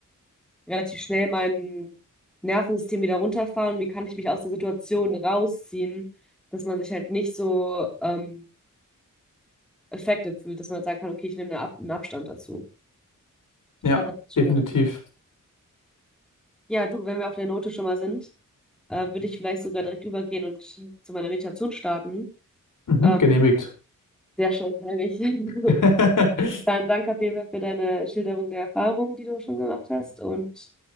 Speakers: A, in the centre; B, on the left.
A: relativ schnell mein Nervensystem wieder runterfahren, wie kann ich mich aus der Situation rausziehen, dass man sich halt nicht so ähm, affected fühlt, dass man halt sagen kann, okay, ich nehme eine Ab einen Abstand dazu. Ich
B: Ja,
A: glaube, das ist schon.
B: definitiv.
A: Ja, du, wenn wir auf der Note schon mal sind. äh, würde ich vielleicht sogar direkt übergehen und zu meiner Meditation starten.
B: Mhm,
A: Ähm,
B: genehmigt.
A: sehr schön, nämlich. <laughs>
B: <laughs>
A: Vielen Dank auf jeden Fall für deine Schilderung der Erfahrungen, die du schon gemacht hast. Und